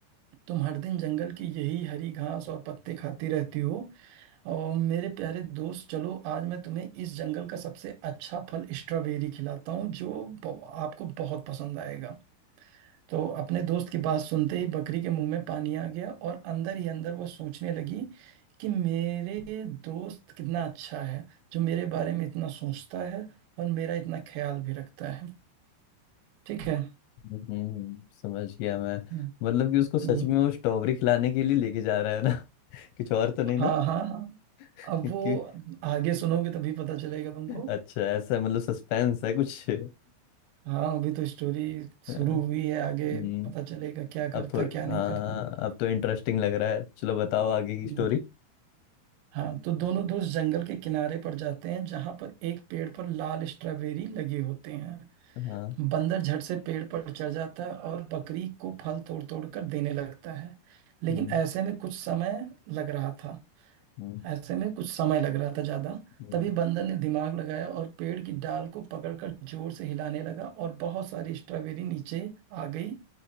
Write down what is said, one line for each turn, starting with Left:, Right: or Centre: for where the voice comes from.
Right: तुम हर दिन जंगल की यही हरी घास और पत्ते खाती रहती हो और मेरे प्यारे दोस्त चलो आज मैं तुम्हें इस जंगल का सबसे अच्छा फल स्ट्रॉबेरी खिलाता हूँ जो ब- आपको बहुत पसंद आएगा तो अपने दोस्त की बात सुनते ही बकरी के मुंह में पानी आ गया और अंदर ही अंदर वो सोचने लगी कि मेरे दोस्त कितना अच्छा है जो मेरे बारे में इतना सोचता है और मेरा इतना ख्याल भी रखता है ठीक है
Left: हम्म समझ गया मैं
Right: हम्म,
Left: मतलब कि उसको सच
Right: हम्म,
Left: में वो स्ट्रॉबेरी खिलाने के लिए लेके जा रहा है ना <laughs> कुछ और तो नहीं ना
Right: हाँ हाँ हाँ
Left: <laughs>
Right: अब वो
Left: कि
Right: आगे सुनोगे तभी पता चलेगा तुमको
Left: अच्छा ऐसा मतलब सस्पेंस है कुछ
Right: हाँ अभी तो स्टोरी
Left: <laughs>
Right: शुरू हुई है
Left: हम्म
Right: आगे पता चलेगा क्या
Left: अब
Right: करता
Left: थोड़ी
Right: क्या नहीं
Left: हाँ
Right: करता
Left: अब तो इंटरेस्टिंग लग रहा है चलो बताओ आगे की
Right: हम्म,
Left: स्टोरी
Right: हाँ तो दोनों दोस्त जंगल के किनारे पर जाते हैं जहां पर एक पेड़ पर लाल स्ट्रॉबेरी लगे होते हैं
Left: हाँ
Right: बंदर झट से पेड़ पर चढ़ जाता है और बकरी को फल तोड़ तोड़ कर देने लगता है लेकिन
Left: हम्म
Right: ऐसे में कुछ समय लग रहा था
Left: हम्म
Right: ऐसे में कुछ समय लग रहा था ज्यादा
Left: हम्म
Right: तभी बंदर ने दिमाग लगाया और पेड़ की डाल को पकड़कर जोर से हिलाने लगा और बहुत सारी स्ट्रॉबेरी नीचे आ गई